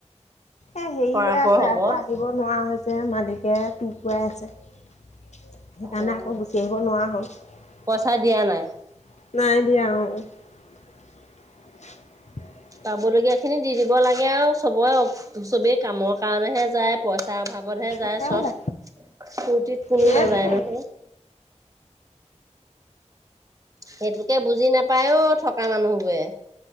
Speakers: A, on the left; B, on the right.
A: এ হেৰি
B: পৰাপৰ
A: হৈ আছে
B: হ'ব
A: আকৌ আহি ন হৈছে মালিকে‌ তুতুৱাই আছে। সেইকাৰণে
B: অ',
A: আকৌ গুচি আহিব নোৱাৰা হ'ল
B: পইচা দিয়া নাই।
A: নাই দিয়া আৰু <unintelligible>
B: পাবলগীয়া খিনি দি দিব লাগে আৰু চবৰে চবেই কামৰ কাৰণেহে যায় পইচাৰ অভাৱ। হে
A: তাকেহে
B: যায় চব ফূুৰ্তিত কোনো
A: সেইটোৱে।
B: নাযায় নহয়। সেইটোকে বুজি নাপায় অ থকা মানুহবোৰে।